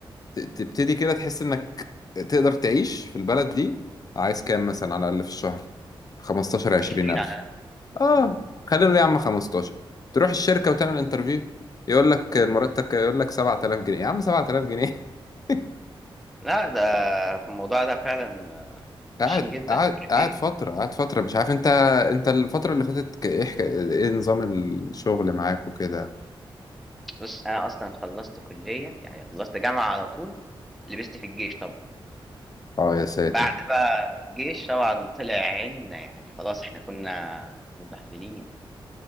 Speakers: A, on the left; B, in the centre.
A: ت- تبتدي كده تحس انك تقدر تعيش في البلد دي عايز كام مثلا على الاقل في الشهر 15 20
B: 20
A: الف
B: على
A: اه
B: مم.
A: خلينا نقول يا عم 15 تروح الشركه وتعمل انترفيو يقول لك المرتب كام؟ يقول لك 7000 جنيه يا عم 7000 جنيه <laughs>
B: لا ده في الموضوع ده فعلا آه،
A: قاعد
B: وحشين جدا
A: قاعد
B: مقرفين
A: قاعد فتره قاعد فتره مش عارف انت انت الفتره اللي فاتت ك- ايه حك- ايه نظام الشغل معاك وكده
B: بُص، أنا أصلًا خلّصت كُلّية، يعني خلّصت جامعة على طول، لبست في الجيش طبعًا.
A: اه يا ساتر
B: بعد بقى الجيش طبعًا طلع عينّا، يعني خلاص إحنا كُنّا متبهدلين.